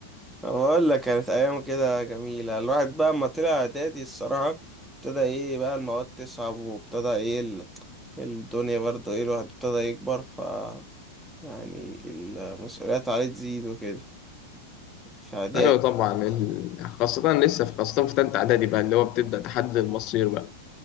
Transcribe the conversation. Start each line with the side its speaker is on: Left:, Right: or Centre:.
Centre: بقول لك كانت ايام كده جميلة الواحد بقى اما طلع اعدادي الصراحة ابتدى ايه بقى المواد تصعب وابتدى ايه ال- الدنيا برضه ايه الواحد ابتدى يكبر ف يعني المسؤوليات عليه تزيد وكده في اعداد
Left: أيوة طبعا ال... خاصة لسه في خاصة في تالتة إعدادي بقى اللي هو بتبدأ تحدد المصير بقى